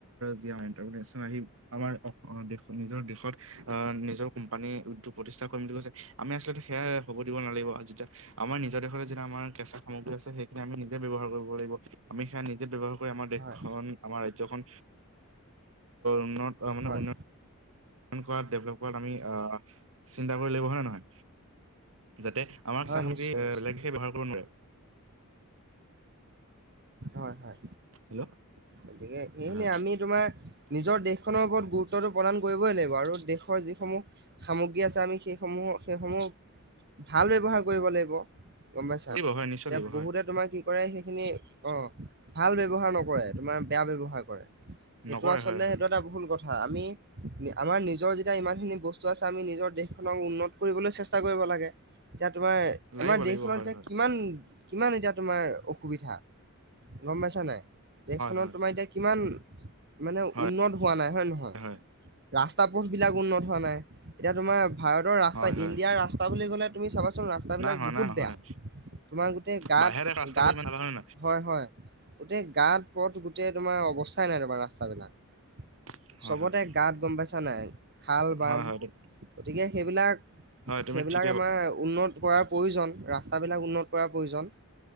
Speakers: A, on the right; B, on the right.
A: যি <unintelligible> আহি আমাৰ দেশ নিজৰ দেশত আ নিজৰ কোম্পানী উদ্যোগ প্ৰতিষ্ঠা বুলি কৈছে আমি আলো সেইয়া হ'ব দিব নালাগিব। যেতিয়া আমাৰ নিজৰ দেশতে যেতিয়া আমাৰ কেঁচা সামগ্ৰী আছে সেই আমি নিজে ব্যৱহাৰ কৰিব লাগিব। আমি সেইয়া নিজে ব্যৱহাৰ আমাৰ দেশখন
B: হয়
A: আমাৰ ৰাজ্যখন উন্নত মানে
B: হয়
A: উন্নত কৰাত ডেভেলপ কৰাত আমি চিন্তা কৰি লাগিব। হয় নে নহয়? যাতে আমাৰ
B: হয়
A: চাহ সামগ্ৰী
B: নিশ্চয়
A: বেলেগে
B: নিশ্চয়
A: ব্যৱহাৰ কৰিব নোৱাৰে।
B: হয়‌ হ‌য়।
A: হেল্ল'
B: গতিকে
A: হয়
B: এইখিনি
A: হয়
B: আমি তোমাৰ নিজৰ দেশ দেশখনৰ ওপৰত গুৰুত্বটো প্ৰদান কৰিবই লাগিব আৰু দেশৰ যিসমূহ সামগ্ৰী আছে আমি সেইসমূহ। সেইসমূহ ভাল ব্যৱহাৰ কৰিব লাগিব। গম পাইছা?
A: লাগিব হয় নিশ্চয়
B: এতিয়া
A: লাগিব হয়
B: বহুতে তোমাৰ কি কৰে সেইখিনি। অ ভাল ব্যৱহাৰ নকৰে তোমাৰ বেয়া ব্যৱহাৰ কৰে। সেইটো
A: নকৰে
B: আচলতে
A: হয় হয়
B: সেইটো এটা ভুল কথা আমি। আমাৰ নিজৰ যেতিয়া ইমানখিনি বস্তু আছে। আমি নিজৰ দেশখনক উন্নত কৰিবলৈ চেষ্টা কৰিব লাগে। এতিয়া তোমাৰ
A: লাগিব
B: আমাৰ দেশখনত
A: লাগিব হয়
B: এতিয়া
A: হয়
B: কিমান কিমান এতিয়া তোমাৰ অসুবিধা গম পাইছা নাই? দেশখনত
A: হয়
B: তোমাৰ এতিয়া কিমান মানে
A: হয়
B: উন্নত হোৱা নাই হয় নহয়
A: হয়
B: ৰাস্তা পথ বিলাক উন্নত হোৱা নাই। এতিয়া তোমাৰ ভাৰতৰ ৰাস্তা
A: হয় হয় হয়
B: ইণ্ডিয়াৰ ৰাস্তা বুলি ক'লে তুমি চাবা। ৰাস্তাবিলাক
A: নাই হোৱা
B: বহুত
A: নাই হোৱা,
B: বেয়া।
A: হয়
B: তোমাৰ গোটেই গাত
A: বাহিৰা দেশৰ ৰাস্তাবোৰ
B: গাত
A: ইমান ভাল হয় নে
B: হয় হয়। গোটেই গাত পথ গোটেই তোমাৰ অৱস্থাই নাই। তোমাৰ ৰাস্তা বিলাক
A: নহয়
B: চবতে
A: হয়
B: গাত গম পাইছা নাই খাল বাম।
A: হয় হয় হয় তু-
B: গতিকে সেইবিলাক
A: হয় তুমি
B: সেইবিলাক
A: ঠিকে
B: আমাৰ উন্নত। কৰাৰ প্ৰয়োজন ৰাস্তাবিলাক উন্নত কৰাৰ প্ৰয়োজন।